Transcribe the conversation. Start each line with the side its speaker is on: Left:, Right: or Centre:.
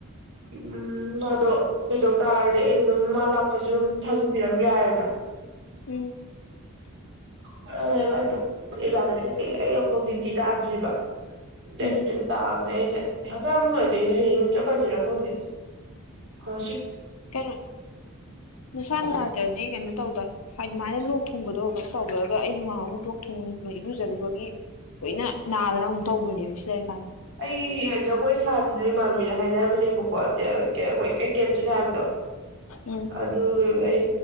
Right: ꯎꯝ ꯃꯗꯣ ꯀꯩꯗꯧ ꯇꯥꯔꯗꯤ ꯑꯩꯅ ꯑꯗꯨꯝ ꯃꯥ ꯂꯥꯛꯇ꯭ꯔꯥꯁꯨ ꯑꯗꯨꯝ ꯊꯥꯖꯤꯟꯕꯤꯔꯝ ꯌꯥꯔꯦꯅ
Left: ꯎꯝ
Right: ꯍꯣꯔꯥ ꯂꯩꯔꯕ ꯑꯗꯨꯝ ꯢꯃꯥꯟꯅꯕꯤꯅ ꯀꯩ ꯑꯩ ꯑꯃꯝꯕꯨꯛ ꯗ꯭ꯌꯨꯇꯤ ꯇꯥꯗ꯭ꯔꯤꯕ ꯗꯦꯠ
Left: ꯎꯝ
Right: ꯐꯤꯐꯇꯤꯟꯗ ꯇꯥꯕꯅꯦ ꯑꯩꯖꯦ ꯍꯛꯆꯥꯡ ꯅꯨꯡꯉꯥꯢꯇꯦ ꯑꯩꯖꯦ ꯍꯥꯌꯦꯡ ꯍꯨꯝ ꯆꯠ ꯈ꯭ꯔꯖꯤꯔ ꯈꯪꯗꯦ ꯍꯣꯢ
Left: ꯀꯩꯅꯣ ꯅꯁꯥ ꯅꯨꯡꯉꯥꯢꯇ꯭ꯔꯥꯗꯤ ꯀꯩꯅꯣ ꯇꯧꯗ ꯍꯥꯏꯗꯤ ꯑꯗꯨꯃꯥꯏꯅ ꯂꯣꯛ ꯊꯨꯡꯕꯗꯣ ꯀꯩꯅꯣ ꯇꯧꯗ꯭ꯔꯥꯒ ꯑꯩꯁꯨ ꯉꯥꯍꯟꯃꯨꯛ ꯂꯣꯛ ꯊꯨꯡꯉꯦ ꯏꯔꯨꯖꯔꯨꯕꯒꯤ ꯀꯨꯏꯅ ꯅꯥꯗꯅ ꯑꯃꯨꯛ ꯇꯧꯕꯅꯦꯕ ꯁꯦꯛ
Right: ꯑꯩ ꯖꯒꯣꯏ ꯁꯥꯁꯤꯅꯦ ꯢꯃꯥꯥꯟꯅꯕꯤꯒ ꯍꯥꯏꯅꯕꯅꯦꯕꯀꯣ ꯇꯌꯥ ꯀꯌꯥ ꯍꯣꯏ ꯀꯩ ꯀꯦꯠꯆꯠ ꯍꯥꯏꯕꯗꯣ
Left: ꯎꯝ
Right: ꯑꯗꯨꯒꯤ ꯑꯩ